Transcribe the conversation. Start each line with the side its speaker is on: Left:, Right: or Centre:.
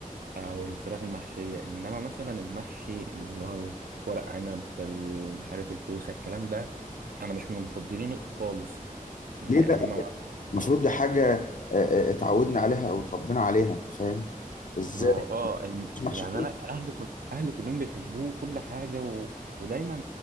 Right: او الفراخ المحشية انما مثلا المحشي اللي هو ورق عنب ال- مش عارف الكوسة الكلام ده انا مش من مفضلينه خالص يعني
Left: ليه بقى؟
Right: انا ما
Left: المفروض دي حاجة آه، آه، آه، اتعودنا عليها أو اتربينا عليها أنت فاهم؟ إزاي
Right: ما هو اه إن-
Left: مش محشي
Right: يعني انا اهلي كل اهلي كلهم بيحبوه كل حاجه و... ودايما